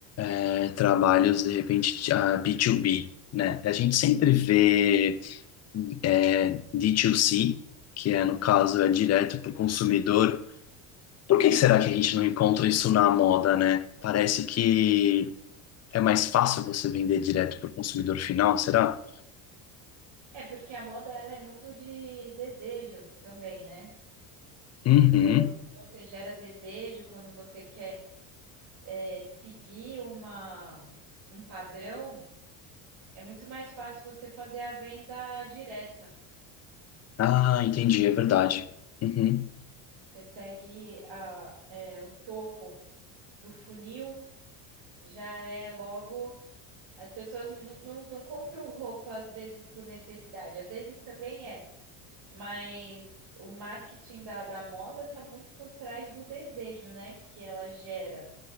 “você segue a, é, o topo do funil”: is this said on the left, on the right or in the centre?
Right